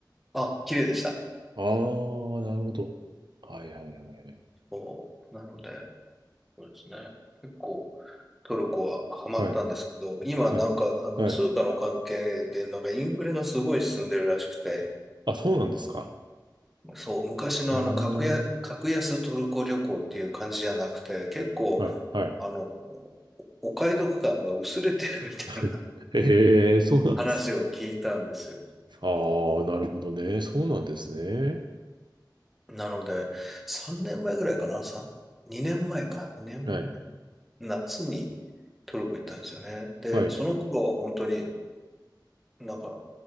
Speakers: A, in the centre; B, on the right.
A: ら。あ、綺麗でした。
B: ああ、なるほど。
A: うん
B: はいはいはいはい。
A: そうなので、そうですね。結構トルコはハマったんですけど、
B: はい。
A: 今なんかあの通貨の関係でなんかインフレがすごい進んでるらしくて、
B: はい。はい。あ、そうなんですか。
A: そう、昔のあの格安、
B: うーん。
A: 格安トルコ旅行っていう感じじゃなくて、結構
B: はい、はい。
A: あの、お買い得感が薄れてるみたいな
B: <laughs> ええ、そうなんですか。
A: 話を聞いたんですよ。
B: ああ、なるほどね。そうなんですね。
A: なので、3年前ぐらいかな ?3、2年前か。2年前の夏にトルコ行ったんですよね。
B: はい、
A: で、
B: はい、
A: その頃は本当になんか、